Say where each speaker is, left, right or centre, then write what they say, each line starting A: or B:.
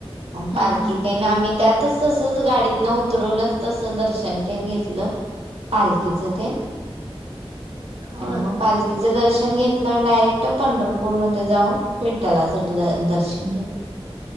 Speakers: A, on the right; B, on the right.
A: हा
B: पालखी
A: हा
B: ते. आम्ही त्यातच तसच गाडीतन उतरूनच तस दर्शन घेतलं. पालखीच ते आणि
A: होय
B: मग पाल. तिचं दर्शन घेतलं आणि डायरेक्ट पंढरपूर मध्ये जाऊन विेठलाचं द दर्शन घेतलं.